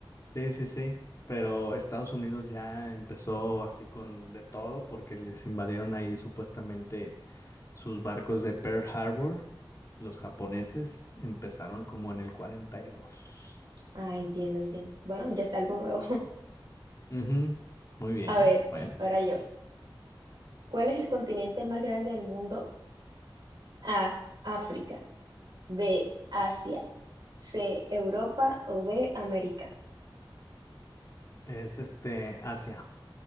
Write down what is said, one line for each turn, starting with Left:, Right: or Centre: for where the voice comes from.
Left: Sí, sí, sí, pero Estados Unidos ya empezó así con de todo porque les invadieron ahí supuestamente sus barcos de Pearl Harbor. Los japoneses empezaron como en el 42.
Right: Ah, entiendo, entiendo. Bueno, ya es algo nuevo. <laughs>
Left: Ujú, Muy bien,
Right: A ver,
Left: bueno.
Right: ahora yo. ¿Cuál es el continente más grande del mundo? A, África. B, Asia. C, Europa o D, América.
Left: Es este Asia.